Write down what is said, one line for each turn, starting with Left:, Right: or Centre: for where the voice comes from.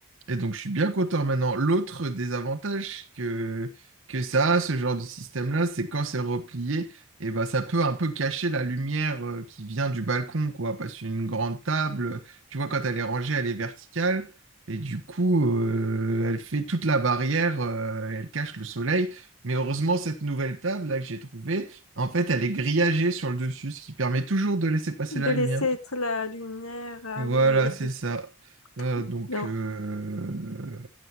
Right: et donc, je suis bien content maintenant. L'autre désavantage que, que ça a, ce genre de système-là, c'est quand c'est replié, et ben, ça peut un peu cacher la lumière euh, qui vient du balcon, quoi. Parce qu'une grande table, tu vois, quand elle est rangée, elle est verticale. Et du coup, euh, elle fait toute la barrière, euh, et elle cache le soleil. Mais heureusement, cette nouvelle table là que j'ai trouvée, en fait, elle est grillagée sur le dessus, ce qui permet toujours de laisser
Left: <laughs>
Right: passer
Left: De
Right: la lumière.
Left: laisser être la lumière, ah
Right: Voilà,
Left: oui, et
Right: c'est
Left: de.
Right: ça.
Left: Trop
Right: Euh, donc,
Left: bien.
Right: euh,